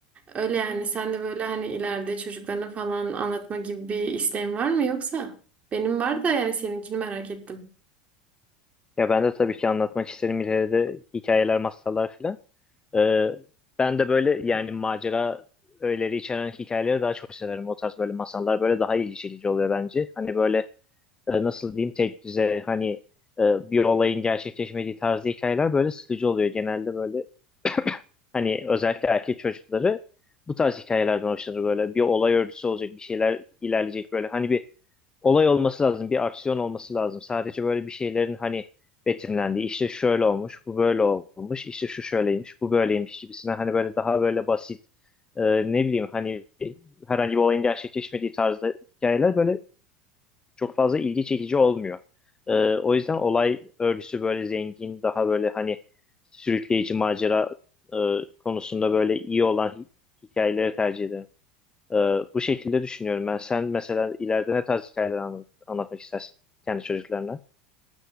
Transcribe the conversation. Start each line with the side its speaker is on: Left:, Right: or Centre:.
Right: Öyle yani sen de böyle hani ileride çocuklarına falan anlatma gibi bir isteğin var mı yoksa? Benim var da yani seninkini merak ettim.
Left: Ya ben de tabii ki anlatmak isterim ileride de hikayeler, masallar filan. Ee, ben de böyle yani macera öğeleri içeren hikayeleri daha çok severim. O tarz böyle masallar böyle daha ilgi çekici oluyor bence. Hani böyle e, nasıl diyeyim tek düze hani e, bir olayın gerçekleşmediği tarzda hikayeler böyle sıkıcı oluyor. Genelde böyle <coughs> <clears throat> hani özellikle erkek çocukları bu tarz hikayelerden hoşlanır böyle bir olay örgüsü olacak bir şeyler ilerleyecek böyle hani bir olay olması lazım bir aksiyon olması lazım sadece böyle bir şeylerin hani betimlendiği işte şöyle olmuş bu böyle olmuş işte şu şöyleymiş bu böyleymiş gibisinden hani böyle daha böyle basit e, ne bileyim hani herhangi bir olayın gerçekleşmediği tarzda hikayeler böyle çok fazla ilgi çekici olmuyor. Ee, o yüzden olay örgüsü böyle zengin, daha böyle hani sürükleyici macera e, konusunda böyle iyi olan hi- hikayeleri tercih ederim. Ee, bu şekilde düşünüyorum ben. Sen mesela ileride ne tarz hikayeler anlat- anlatmak istersin kendi çocuklarına?